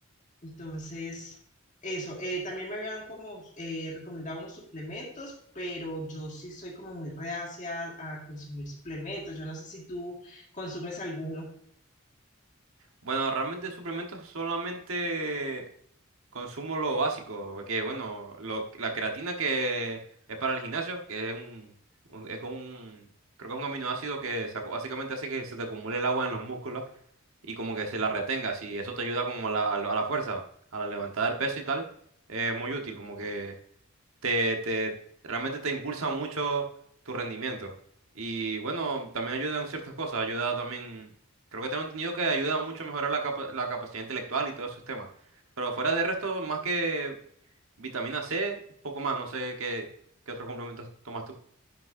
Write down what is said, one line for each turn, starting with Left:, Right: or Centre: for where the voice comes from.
Left: Entonces, eso. Eh, también me habían como eh, recomendado unos suplementos, pero yo sí soy como muy reacia a, a consumir suplementos. Yo no sé si tú consumes alguno.
Right: Bueno, realmente suplementos solamente consumo lo básico, que bueno, lo- la creatina que es para el gimnasio, que es un, un- es como un, creo que es un aminoácido que saco- básicamente hace que se te acumule el agua en los músculos y como que se la retengas y eso te ayuda como a la, a la a la fuerza, a la levantada del peso y tal, es muy útil, como que te, te realmente te impulsa mucho tu rendimiento. Y bueno, también ayuda en ciertas cosas, ayuda también, creo que tengo entendido que ayuda mucho a mejorar la, capa- la capacidad intelectual y todos esos temas. Pero fuera de resto, más que vitamina C, poco más, no sé qué, qué otros complementos tomas tú.